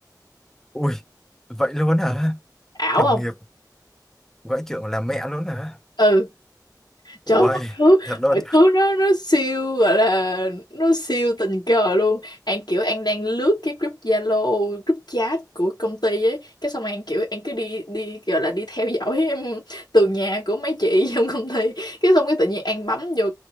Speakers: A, in the centre; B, on the left.
A: ui vậy luôn hả
B: Ảo
A: đồng
B: không?
A: nghiệp gọi trưởng là mẹ luôn hả
B: ừ trời
A: ui
B: ơi, mọi thứ
A: thật luôn
B: mọi thứ nó nó siêu gọi là nó siêu tình cờ luôn An kiểu An đang lướt cái group Zalo group chat của công ty ấy cái xong An kiểu An cứ đi đi gọi là đi theo dõi em từ nhà của mấy chị <laughs> trong công ty cái xong cái tự nhiên An bấm vô